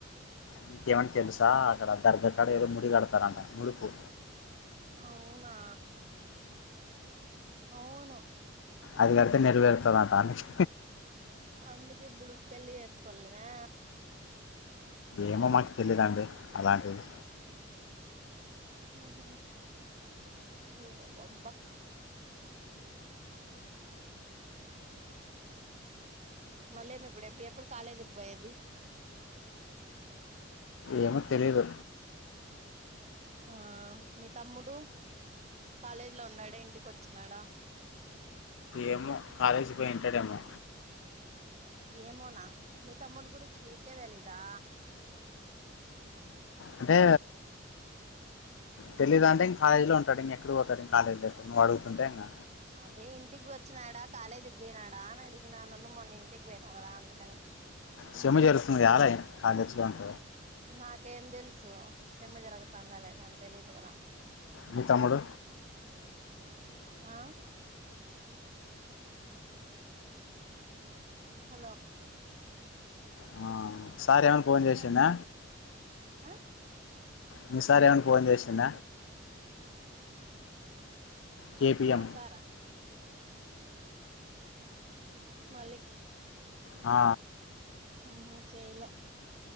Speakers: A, on the left (about 75°); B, on the right (about 35°).
A: నీకేమనా తెల్స అక్కడ దర్గకాడ ఏదో ముడి గడతారంట ముడుపు
B: అవునా అవును
A: అది కడితే నెరవేరుతాదంట ఆమెకి
B: అందుకే ఇప్పుడు పెళ్లి చేస్కోలేనా
A: ఏమో మాకు తెలీదండి అలాంటిది
B: ఉహ్మ్ ఏన అబా మళ్ళీమి ఇప్పుడు ఎప్పుడు కాలేజీకి పోయేది
A: ఏమో తెలీదు
B: ఆ మీ తమ్ముడు కాలేజ్లో ఉన్నాడా ఇంటికి వచ్చినాడ
A: ఏమో కాలేజీకి పోయింటాడేమో
B: ఏమోనా మీ తమ్ముడి గురించి నీకే తెలీదా
A: అంటే తెలీయదఅంటే కాలేజ్లో ఉంటాడు ఇంకా ఎక్కడ పోతడు కాలేజలో నువ్అడుగుతుంటే అన్న
B: అదే ఇంటికి వచ్చినాడా కాలేజీకి పోయినాడా అని అడిగినా నన్ను మొన్న ఇంటికి పోయినావు కదా అందుకని
A: సేము జరుగుతుంది ఆలే కాలేజ్ తెచ్చుకోంత
B: నాకేం తెల్సు సేము జరగతందో లేదని తెలిదు కదా
A: మీ తమ్ముడు
B: ఆ హలో
A: ఆ, సార్ ఏమన ఫోన్ చేసిండా
B: సెమ్ ఆ
A: మీ సార్ ఏమైనా ఫోన్ చేసిండ కేపిఎం
B: మాసారా మలి
A: ఆ
B: ఆహ చెయ్లా